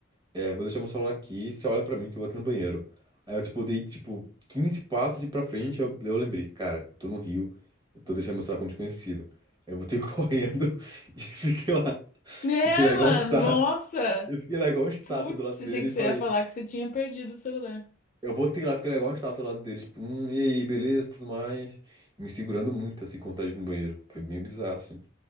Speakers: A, on the right (about 20°); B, on the left (about 40°).
A: é, vou deixar meu celular aqui, você olha pra mim que eu vou aqui no banheiro. Aí eu, tipo, dei, tipo, 15 passos de pra frente. Eu, eu lembrei: Cara, eu tô no Rio, eu tô deixando meu celular com um desconhecido. Aí eu voltei <laughs> correndo e fiquei lá.
B: É,
A: Fiquei lá igual
B: mano,
A: uma estátua.
B: nossa!
A: Eu fiquei lá igual uma estátua
B: Putz,
A: do lado dele
B: eu sei que você
A: e falei:
B: ia falar que você tinha perdido o celular.
A: Eu vou ter lá, fiquei lá igual uma estátua do lado dele. Tipo, hum, e aí, beleza, tudo mais. Me segurando muito, assim, com vontade de ir no banheiro. Foi meio bizarro, assim.